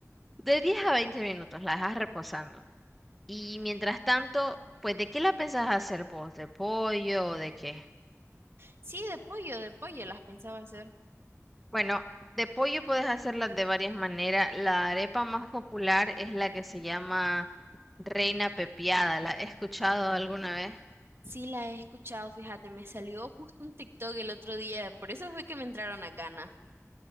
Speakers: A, in the centre; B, on the right.
A: De 10 a 20 minutos la dejas reposando. Y mientras tanto, pues ¿de qué la pensás hacer vos? ¿De pollo o de qué?
B: Sí, de pollo, de pollo las pensaba hacer.
A: Bueno, de pollo puedes hacerla de varias maneras. La arepa más popular es la que se llama Reina Pepiada. ¿La he escuchado alguna vez?
B: Sí, la he escuchado, fíjate, me salió justo un TikTok el otro día, por eso fue que me entraron a ganas.